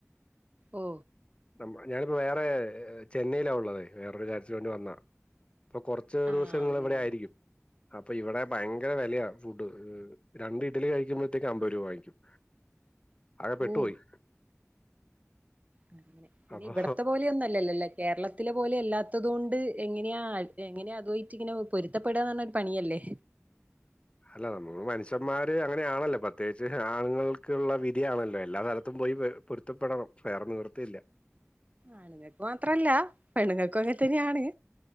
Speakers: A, on the right (about 30°); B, on the left (about 20°).
A: ഓ
B: ന ഞാനിപ്പോ വേറെ ചെന്നൈയിലാ ഉള്ളതേ വേറോരു കാര്യത്തിന് വേണ്ടി വന്നതാ ഇപ്പൊ കൊറച്ച്
A: ആ
B: ദിവസങ്ങൾ
A: അങ്ങനെയാണ്
B: ഇവിടെ ആയിരിക്കും അപ്പൊ ഇവിടെ ഭയങ്കര വെലയാ ഫുഡ് രണ്ട് ഇഡലി കഴിക്കുമ്പത്തേക്കും അമ്പത് രൂപ വാങ്ങിക്കും ആകെ പെട്ടു
A: ഓ
B: പോയി
A: അങ്ങനെ
B: അപ്പൊ
A: ഇവിടത്തെ പോലെ ഒന്നും അല്ലല്ലല്ലേ കേരളത്തിലെ പോലെ അല്ലാത്തതുകൊണ്ട് എങ്ങനെയാ എങ്ങനാ അതുവായിറ്റ് ഇങ്ങനെ പൊരുത്തപ്പെടാന്ന് പറഞ്ഞാ ഒരു പണിയല്ലേ
B: അല്ല നമ്മള് മനുഷ്യന്മാര് അങ്ങനെയാണല്ലോ പ്രത്യേകിച്ച് ആണുങ്ങൾക്കുള്ള വിധിയാണല്ലോ എല്ലാ സ്ഥലത്തും പോയി പെ പൊരുത്തപ്പെടണം വേറെ നിവർത്തിയില്ല
A: ആണുങ്ങക്ക് മാത്രം അല്ലാ പെണ്ണുങ്ങക്കും അങ്ങനെത്തന്നെയാണ്